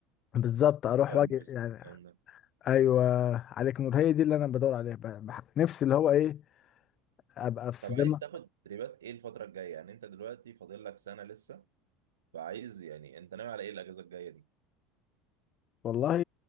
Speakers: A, on the left (about 45°); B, on the right (about 90°).
A: بالظبط اروح
B: challenges
A: واجي يعني
B: والكلام ده
A: ايوه عليك نور هي دي اللي انا بدور عليها ب- بح- نفسي اللي هو ايه ابقى في
B: طب
A: زي
B: عايز
A: ما
B: تاخد تدريبات ايه الفترة الجاية يعني انت دلوقتي فاضل لك سنة لسه فعايز يعني انت ناوي على ايه الاجازة الجاية دي
A: والله